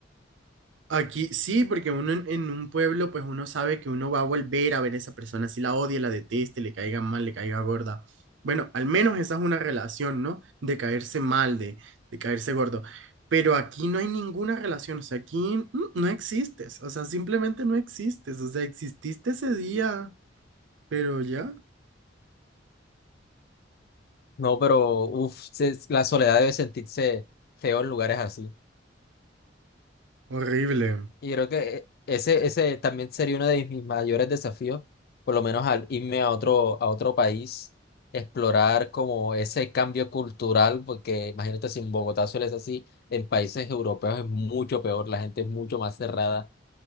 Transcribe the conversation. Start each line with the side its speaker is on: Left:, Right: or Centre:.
Right: Aquí sí, porque uno en, en un pueblo, pues uno sabe que uno va a volver a ver a esa persona, si la odia, la deteste, le caiga mal, le caiga gorda. Bueno, al menos esa es una relación, ¿no? De caerse mal, de, de caerse gordo. Pero aquí no hay ninguna relación, o sea, aquí mm, no existes, o sea, simplemente no existes, o sea, exististe ese día, pero ya,
Left: No, pero uff, la soledad debe sentirse feo en lugares así.
Right: horrible.
Left: Y yo creo que eh, ese, ese también sería uno de mis mayores desafíos, por lo menos al irme a otro, a otro país, explorar como ese cambio cultural, porque imagínate si en Bogotá suele ser así, en países europeos es mucho peor, la gente es mucho más cerrada,